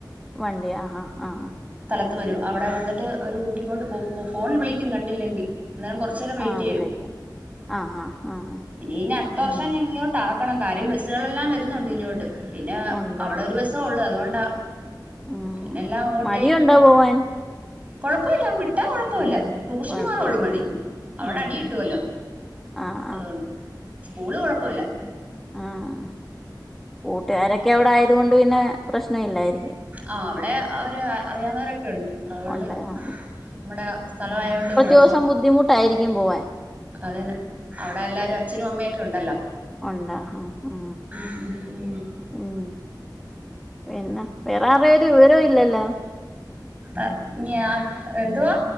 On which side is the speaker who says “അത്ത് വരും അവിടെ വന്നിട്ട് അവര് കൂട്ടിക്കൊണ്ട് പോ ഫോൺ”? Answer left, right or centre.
Right